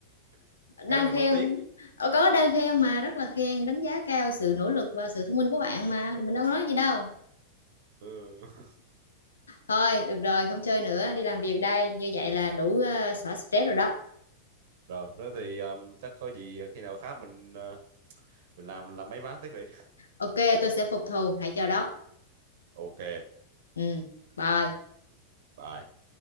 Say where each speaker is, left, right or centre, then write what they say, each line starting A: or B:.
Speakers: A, on the right; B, on the left.
A: <laughs> nghe
B: Đang
A: nó hơi
B: khen
A: mất tiếng
B: ờ, có đang khen mà rất là khen đánh giá cao sự nỗ lực và sự thông minh của bạn mà mình đâu có nói gì đâu.
A: ừ. <laughs>
B: Thôi được rồi không chơi nữa đi làm việc đây như vậy là đủ à, xóa stress rồi đó.
A: rồi đó thì um, chắc có gì khi nào khác mình uh, mình làm làm mấy ván tiếp vậy
B: Ok tôi sẽ phục thù hãy chờ đó.
A: ok
B: Ừ bye.
A: bye